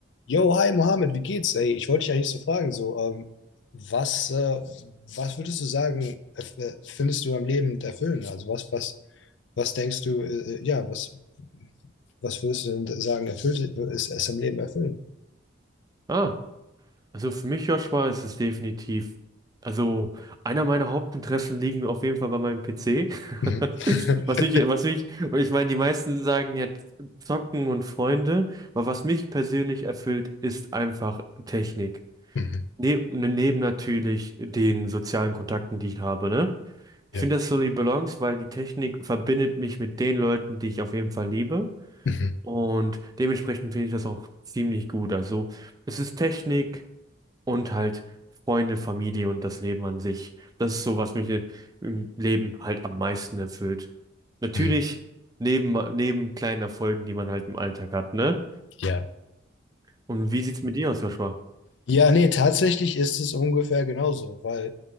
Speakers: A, on the left (about 65°); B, on the right (about 20°).
A: Yo, hi Mohammed, wie geht's? Ey, ich wollte dich eigentlich so fragen, so, ähm, was, äh, was würdest du sagen, erf- äh, findest du am Leben erfüllend? Also was, was, was denkst du, äh, äh, ja, was, was würdest du denn sagen, erfüllt ist, ist am Leben erfüllend?
B: Ah, also für mich, Joshua, ist es definitiv. Also, einer meiner Hauptinteressen liegen auf jeden Fall bei meinem PC. <laughs>
A: Mhm. <laughs>
B: Was mich, was mich, und ich meine, die meisten sagen jetzt Zocken und Freunde, aber was mich persönlich erfüllt, ist einfach Technik.
A: Mhm.
B: Ne ne, neben natürlich den sozialen Kontakten, die ich habe, ne? Ich
A: Ja.
B: finde das so die Balance, weil die Technik verbindet mich mit den Leuten, die ich auf jeden Fall liebe.
A: Mhm.
B: Und dementsprechend finde ich das auch ziemlich gut. Also, es ist Technik und halt Freunde, Familie und das Leben an sich. Das ist so, was mich i- im Leben halt am meisten erfüllt. Natürlich
A: Mhm.
B: neben, neben kleinen Erfolgen, die man halt im Alltag hat, ne?
A: Ja.
B: Und wie sieht's mit dir aus, Joshua?
A: Ja, nee, tatsächlich ist es ungefähr genauso, weil